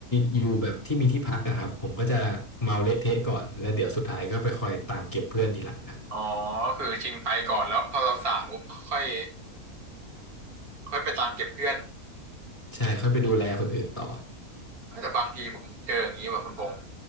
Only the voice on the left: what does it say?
อยู่แบบที่มีที่พักอะครับผมก็จะเมาเละเทะก่อนแล้วเดี๋ยวสุดท้ายก็ไปคอยตามเก็บเพื่อนทีหลังครับ
ใช่ค่อยไปดูแลคนอื่นต่อ